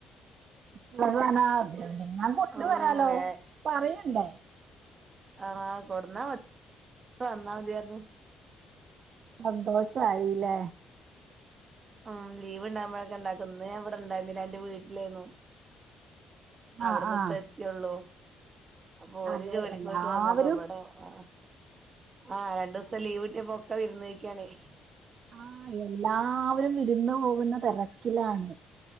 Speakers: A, on the right; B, on the right.
A: ഇഷ്ടള്ള സാന ഞാൻ കൊണ്ട്
B: ഉം
A: വരാലോ
B: ഏ
A: പറയണ്ടേ
B: ആഹ് കൊട്ന്നാ <inaudible> വന്നാ അതിയാർന്നു
A: സന്തോഷായീലെ
B: ആഹ് ലീവ് ണ്ടാവുമ്പഴൊക്കെ ണ്ടാക്കുംന്ന് ഞാൻ വടെ ണ്ടായ്ന്നില എന്റെ വീട്ടിലേയ്ന്നു
A: ആഹ്
B: അവടന്ന്
A: ആഹ്
B: പ്പെത്തിയൊള്ളൂ അപ്പൊ ഓല്
A: അതെ
B: ജോലിക്ക്
A: എല്ലാവരും
B: പോയിട്ട് വന്നപ്പോ ബട ആഹ് ആഹ് രണ്ടൂസത്തെ ലീവ് ട്ടിയപ്പോ ഒക്ക വിരുന്ന് പൊയ്ക്കാണേയ്
A: ആഹ് എല്ലാവരും വിരുന്ന് പോകുന്ന തെരക്കിലാണ്